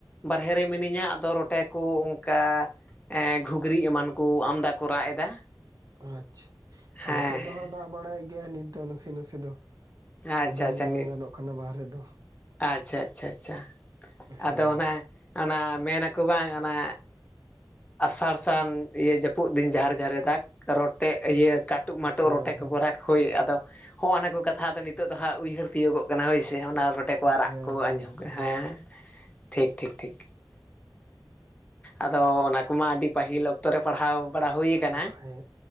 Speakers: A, on the left (about 20°); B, on the right (about 50°).
A: ᱵᱟᱨᱦᱮ ᱨᱮ ᱢᱤᱱᱟᱹᱧᱟ ᱟᱫᱚ ᱨᱚᱴᱮ ᱠᱚ ᱚᱱᱠᱟ, ᱜᱷᱩᱜᱽᱲᱤ ᱮᱢᱟᱱ ᱠᱚ ᱟᱢᱫᱟ ᱠᱚ ᱨᱟᱜ ᱮᱫᱟ᱾
B: ᱟᱪᱪᱷᱟ
A: ᱦᱮᱸ
B: ᱟᱞᱮ ᱥᱮᱫ
A: ᱦᱮᱸ
B: ᱫᱚ ᱦᱟᱸᱜ ᱫᱟᱜ ᱵᱟᱲᱟᱭᱮᱫ ᱜᱮᱭᱟ ᱱᱤᱛ ᱫᱚ ᱱᱟᱥᱮ ᱱᱟᱥᱮ ᱫᱚ᱾
A: ᱟᱪᱪᱷᱟ
B: ᱩᱰᱩᱝ
A: ᱟᱪᱪᱷᱟ
B: ᱫᱚ ᱵᱟᱝ
A: ᱱᱤᱛ
B: ᱜᱟᱱᱚᱜ ᱠᱟᱱᱟ ᱵᱟᱦᱨᱮ ᱫᱚ
A: ᱟᱪᱪᱷᱟ ᱟᱪᱷᱟ ᱟᱪᱷᱟ,
B: ᱦᱮᱸ
A: ᱟᱫᱚ ᱚᱱᱟ ᱚᱱᱟ ᱢᱮᱱᱟ ᱟᱠᱩ ᱵᱟᱝ ᱚᱱᱟ, ᱟᱥᱟᱲ ᱥᱟᱱ ᱤᱭᱟᱹ ᱡᱟᱹᱯᱩᱫ ᱫᱤᱱ ᱡᱷᱟᱨ ᱡᱷᱟᱨᱮ ᱫᱟᱜᱽ ᱨᱚᱴᱮᱡ ᱤᱭᱟᱹ ᱠᱟᱴ ᱠᱟᱹᱴᱩ ᱢᱟᱹᱴᱳᱜ
B: ᱦᱮᱸ
A: ᱨᱚᱴᱮ ᱠᱚᱠᱚ
B: ᱦᱮᱸ
A: ᱨᱟᱜᱽ᱾ ᱦᱳᱭ ᱟᱫᱚ ᱦᱚᱸᱜᱼᱱᱟ ᱠᱚ ᱠᱟᱛᱷᱟ ᱟᱫᱚ ᱱᱤᱛᱚᱜ ᱫᱚ ᱦᱟᱸᱜ ᱩᱭᱦᱟᱹᱨ ᱛᱤᱭᱳᱜᱚᱜ ᱠᱟᱱᱟ ᱦᱳᱭ ᱥᱮ ᱚᱱᱟ ᱨᱚ ᱴᱮ ᱠᱳᱣᱟᱜ
B: ᱦᱮᱸ
A: ᱨᱟᱜ ᱠᱩ
B: ᱦᱮᱸ
A: ᱟᱸᱡᱚᱢ
B: ᱮᱠᱫᱚᱢ
A: ᱦᱮᱸ ᱴᱷᱤᱠ ᱴᱷᱤᱠ ᱴᱷᱤᱠ, ᱟᱫᱚ ᱚᱱᱟ ᱠᱚᱢᱟ ᱟᱹᱰᱤ ᱯᱟᱹᱦᱤᱞ ᱚᱠᱛᱚ ᱨᱮ ᱯᱟᱲᱦᱟᱣ ᱵᱟᱲᱟ ᱦᱩᱭ ᱠᱟᱱᱟ
B: ᱦᱮᱸ